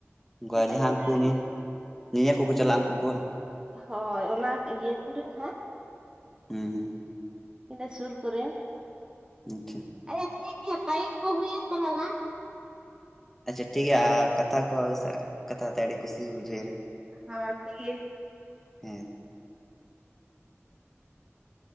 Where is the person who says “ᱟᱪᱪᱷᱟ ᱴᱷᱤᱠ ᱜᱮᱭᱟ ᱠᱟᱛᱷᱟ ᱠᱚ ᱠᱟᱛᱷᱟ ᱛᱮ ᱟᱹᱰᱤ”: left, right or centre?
Centre